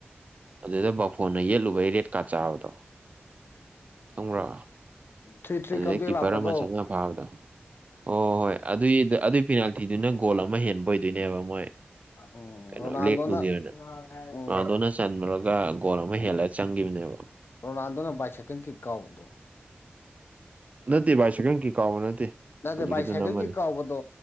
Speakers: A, on the right (about 35°); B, on the left (about 75°).
A: ꯑꯗꯨꯗ ꯕꯥꯐꯣꯟꯅ ꯌꯦꯠꯂꯨꯕꯩ ꯔꯦꯠꯀꯥ ꯆꯥꯕꯗꯣ ꯈꯪꯕ꯭ꯔꯥ
B: ꯊ꯭ꯔꯤ ꯊ꯭ꯔꯤ
A: ꯑꯗꯨꯗꯩ
B: ꯀꯝꯕꯦꯛ
A: ꯀꯤꯄꯔ
B: ꯂꯥꯛꯄꯗꯣ
A: ꯑꯃ ꯆꯪꯉ ꯐꯥꯕꯗꯣ ꯍꯣ ꯍꯣꯏ ꯑꯗꯨꯏ ꯑꯗꯨꯏ ꯄꯤꯅꯥꯜꯇꯤꯗꯨꯅ ꯒꯣꯜ ꯑꯃ ꯍꯦꯟꯕ ꯑꯣꯏꯗꯣꯏꯅꯦꯕ ꯃꯣꯏ
B: ꯎꯝ
A: ꯀꯩꯅꯣ
B: ꯔꯣꯅꯥꯜꯗꯣꯅ
A: ꯂꯦꯛꯇꯨꯒꯤ ꯑꯣꯏꯅ
B: ꯎꯝ
A: ꯑꯗꯨꯅ ꯆꯟꯨꯔꯒ ꯒꯣꯜ ꯑꯃ ꯍꯦꯜꯂ ꯆꯪꯈꯤꯕꯅꯦꯕ
B: ꯀꯣꯅ ꯑꯟꯗꯅ ꯥꯏ ꯁꯀꯡ ꯀꯦ ꯀꯥꯎꯗꯣ
A: ꯅꯠꯇꯦ ꯚꯥꯏ ꯁꯥꯏꯀꯪ ꯀꯩ ꯀꯥꯎꯕ ꯅꯠꯇꯦ
B: ꯅꯠꯇꯦ
A: ꯍꯧꯖꯤꯛꯀꯤꯗꯨꯅ
B: ꯕꯥꯏ ꯁꯥꯏꯀꯜꯒꯤ
A: ꯑꯃꯅꯤ
B: ꯀꯥꯎꯕꯗꯣ